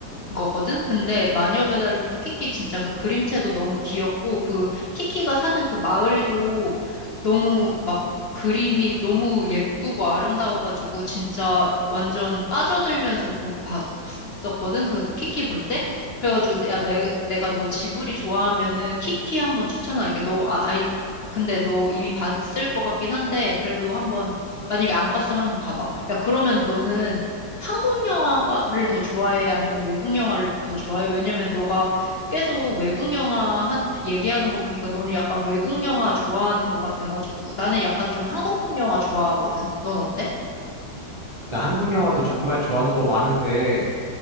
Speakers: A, on the left (about 70°); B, on the right (about 25°).
A: 거거든? 근데 마녀 배달부 키키 진짜 그 그림체도 너무 귀엽고 그 키키가 사는 그 마을도 너무 막 그림이 너무 예쁘고 아름다워가지고 진짜 완전 빠져들면서 보- 봤었거든? 그 그 키키 볼 때? 그래가지고 야, 내, 내가 너 지브리 좋아하면은 키키 한번 추천할게. 너 아, 아이 근데 너 이미 봤을 것 같긴 한데 그래도 한번 만약에 안 봤으면 한번 봐봐. 야, 그러면 너는 한국 영화를 더 좋아해? 아니면 외국 영화를 더 좋아해? 왜냐면 너가 계속 외국 영화 한, 얘기하는 거 보니까 너는 약간 외국 영화 좋아하는 것 같아가지고 나는 약간 좀 한국 영화 좋아하거든. 넌 어때?
B: 나 한국 영화도 정말 좋아하는 거 많은데